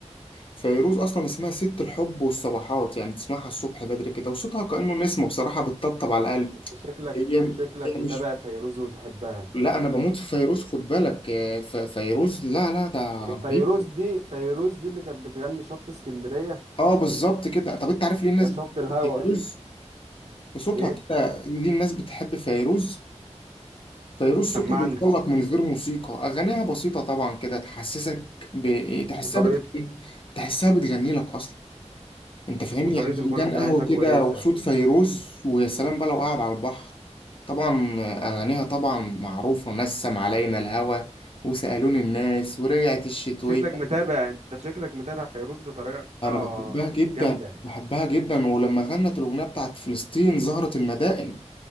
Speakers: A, on the left; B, on the right.
A: فيروز اصلا اسمها ست الحب والصباحات يعني تسمعها الصبح بدري كده وصوتها كأنه نسمة بصراحة بتطبطب على القلب
B: انت شكلك
A: هي
B: شكلك
A: هي
B: متابع
A: مش
B: فيروز وتحبها
A: لا انا بموت في فيروز خد بالك آه، ف- فيروز لا لا ده
B: إيه
A: رهيب
B: فيروز دي فيروز دي اللي كانت بتغني شط اسكندرية
A: اه بالظبط كده طب انت عارف ليه الناس
B: يا شط
A: بتحب
B: الهوا
A: فيروز صوتها
B: ايه
A: كده ليه الناس بتحب فيروز فيروز
B: سمعني
A: صوتها بيوصل لك من غير موسيقى اغانيها بسيطه طبعا كده تحسسك ب... تحسها
B: وطريقة
A: بت... تحسها بتغني لك اصلا انت فاهمني
B: وطريقة
A: يعني فنجان
B: الغنى بتاعتها
A: قهوه
B: كويسة
A: كده وصوت فيروز ويا سلام بقى لو قاعد على البحر طبعا اغانيها طبعا معروفه نسم علينا الهوى وسالوني الناس ورجعت الشتويه
B: شكلك متابع انت شكلك متابع فيروز بطريقة
A: انا بحبها جدا
B: جامدة
A: بحبها جدا ولما غنت الاغنيه بتاعت فلسطين زهرة المدائن